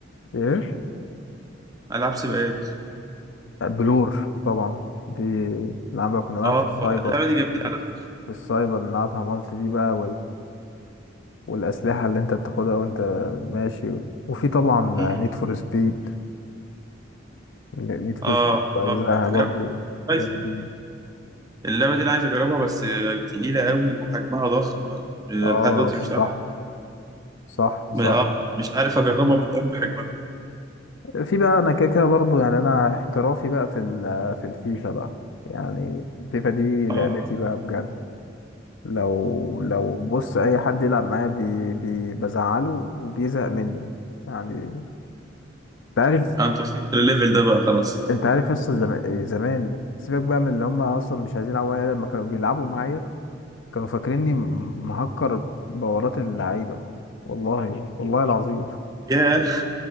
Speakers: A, on the left (about 70°); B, on the right (about 20°).
A: ايه
B: ألعاب سباقات
A: بلور طبعا دي نلعبها كنا نلعب
B: اه
A: في السايبر
B: اللعبة دي جميلة على فكرة
A: في السايبر نلعبها مالتي دي بقى والأسلحة اللي أنت بتاخدها وأنت ماشي وفي طبعا
B: مم.
A: نيد فور سبيد نيد فور
B: اه
A: سبيد بأجزائها
B: اه
A: برضو
B: جربت هورايزن
A: جامدين
B: اللعبة دي أنا عايز أجربها بس آه، تقيلة قوي وحجمها ضخم آه، لحد
A: اه
B: دلوقتي
A: صح
B: مش عارف
A: صح صح
B: آه، مش عارف أجربها من أم حجمها
A: في بقى أنا كده كده برضو يعني أنا احترافي بقى في ال- في الفيفا بقى يعني الفيفا دي
B: اه
A: لعبتي بقى بجد لو لو بص أي حد يلعب معايا بي بي بزعله وبيزهق مني يعني أنت عارف
B: أنت وصلت للليفل ده بقى خلاص
A: انت عارف قصة زمان زمان سيبك بقى من اللي هم اصلا مش عايزين يلعبوا معايا لما كانوا بيلعبوا معايا كانوا فاكريني م- مهكر بورات اللعيبة والله والله العظيم
B: ياه